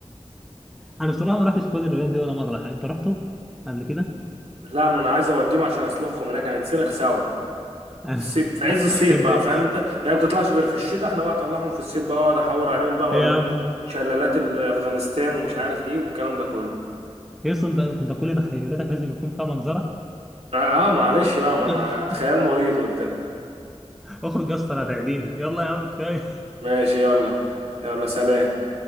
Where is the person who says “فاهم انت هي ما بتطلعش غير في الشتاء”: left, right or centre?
Right